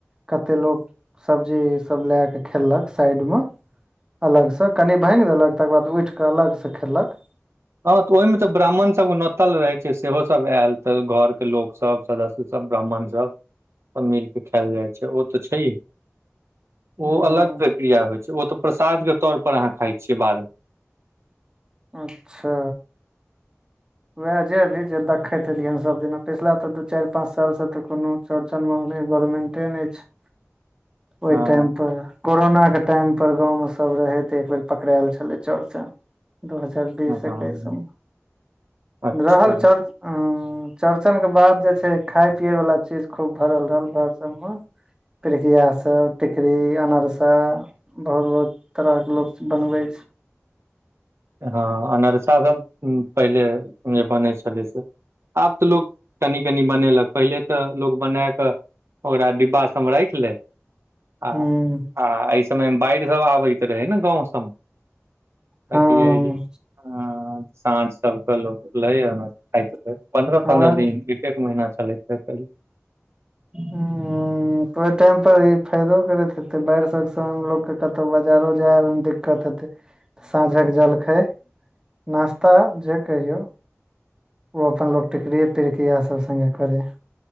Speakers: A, on the right; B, on the right.
A: कते लोक सब्जी सभ लए कऽ खेललक साइड में अलगसँ कनि भाङगि देलक तकर बाद उठिकऽ अलगसँ खेलक
B: हँ तऽ ओहिमे तऽ ब्राह्मण सभ नोतल रहै छै। सेहो सभ आयल तऽ घोर के लोक सभ सदस्य सभ ब्राह्मण सभ सभ मिलके खायल जाइ छै। ओ तऽ छैहे
A: उम्म
B: ओ अलग प्रक्रिया होइत छै। ओ तऽ प्रसाद के तौर पर अहाँ खाइ छियै बाद में
A: अच्छा उएह जेभी जे देखैत एलिय हन सभदि पिछिला तऽ दू चारि पाँच सालसँ तऽ कोनो चौड़चन मोहनी बैडमिंटन अछि।
B: <inaudible>
A: ओहि
B: हँ
A: टाइम पर कोरोना के टाइम पर गाँवमे सभ रहैत एकबेर पकड़ाएल छलै चौरचन दू हजार बीस
B: हँ
A: एकैस में
B: अच्छा
A: रहल चर्च उ चौड़चन के बाद जे छै। खााय पिये वाला चीज खूब भरल रहल घोर सभ पर पिड़की हास टिकरी अनारसा बहुत बहुत तरहके लोक बनबै छै।
B: हँ अनरसा सभ पहिले जे बनै छलै से आब तऽ लोक कनि कनि बनेलक पहिले तऽ लोक बना कऽ ओकरा डिब्बा सभ राखि ले आ
A: हूं
B: आ एहि समय में बाढ़ि सभ आबैत रहे ने गाँंव सभ
A: हँ
B: साँझ सभ के लोक लै पन्द्रह पन्द्रह
A: आर
B: दिन एक एक महीना चलैत छै।
A: हुम्म तऽ ओहि टाइम पर ई फायदो करैत हेतै बाढ़ि सभ समय मे लोक के कतहु बाजारो जाय-आवय में दिक्कत हेतै तऽ साँझ कऽ जलखै नास्ता जे कहिऔ ओ अप्पन लोक टिकरियए पिरक इह सभ संगे करै